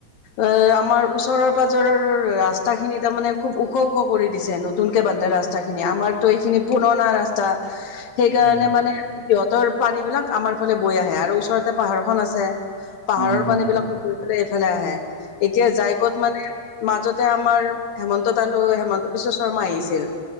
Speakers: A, on the left; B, on the right.
A: অ আমাৰ ওচৰ ৰৰ পাজৰৰ ৰাস্তাখিনিত তাৰ মানে খুব ওখ-ওখ কৰি দিছে নতুনকে বান্ধা ৰাস্তাখিনি আমাৰতো এইখিনি পুৰণা ৰাস্তা। সেই
B: উম,
A: কাৰণে মানে সিহঁতৰ পানীবিলাক আমাৰ ফালে বৈ আহে আৰু ওচৰত তে পাহাৰ খন আছে পাহাৰৰ
B: উম, উম,
A: পানী বিলাকো বৈ পেলাই এইফালে আহে। এতিয়া যাইকত মানে মাজতে আমাৰ হেমন্ত তালৈ হেমন্ত বিশ্ব শৰ্মা আহিছিল